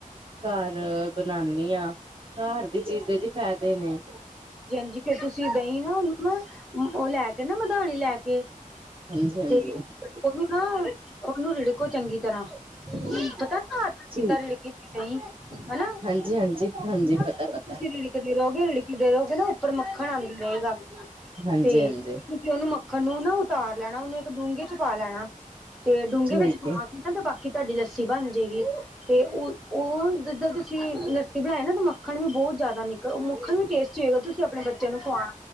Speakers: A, on the right (about 40°); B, in the centre.
A: ਘਰ ਬਣਾਨੀ ਆ। ਘਰ ਦੀ ਚੀਜ਼ ਦੇ ਜ ਫਾਇਦੇ ਨੇ।
B: ਜੀ ਹਾਂਜੀ ਫੇਰ ਤੁਸੀਂ ਦਹੀਂ ਨਾ ਉਹਨੂੰ ਨਾ ਉਹ ਲੈ ਕੇ ਨਾ ਮਧਾਣੀ ਲੈ ਕੇ
A: ਹਾਂਜੀ-ਹਾਂਜੀ।
B: ਤੇ ਉਹਨੂੰ ਨਾ, ਉਹਨੂੰ ਰਿੜਕੋ ਚੰਗੀ ਤਰ੍ਹਾਂ। ਪਤਾ ਘਰ
A: ਠੀਕ
B: ਕਿੱਦਾਂ ਰਿੜਕੀ ਹਨਾ ਫ ਨਾ
A: ਹਾਂਜੀ ਹਾਂਜੀ ਹਾਂਜੀ
B: ਤੁਸੀਂ
A: ਪਤਾ ਪਤਾ
B: ਰਿੜਕਦੇ ਰਹੋਗੇ ਰਿੜਕ ਦੇ ਰਹੋਗੇ ਨਾ ਉੱਪਰ ਮੱਖਣ ਆਉਂਦਾ ਰਹੇਗਾ।
A: ਹਾਂਜੀ-ਹਾਂਜੀ।
B: ਤੇ ਤੁਸੀਂ ਉਹਨੂੰ ਮੱਖਣ ਨੂੰ ਨਾ, ਉਤਾਰ ਲੈਣਾ। ਉਹਨੂੰ ਇੱਕ ਡੂੰਘੇ 'ਚ ਪਾ ਲੈਣਾ ਤੇ ਡੂੰਘੇ
A: ਠੀਕ
B: ਵਿੱਚ ਪਾ ਕੇ ਤੇ ਬਾਕੀ ਤੁਹਾਡੀ ਲੱਸੀ ਬਣ ਜਾਏਗੀ, ਤੇ ਉਹ ਉਹ ਜਿੱਦਾਂ ਤੁਸੀਂ ਲੱਸੀ ਬਣਾਏ ਨਾ ਤਾਂ ਮ ਮੱਖਣ ਵੀ ਬਹੁਤ ਜ਼ਿਆਦਾ ਨਿਕਲ ਮੱਖਣ ਵੀ ਟੇਸਟੀ ਹੋਏਗਾ ਤੁਸੀਂ ਆਪਣੇ ਬੱਚਿਆਂ ਨੂੰ ਖੁਵਾਣਾ।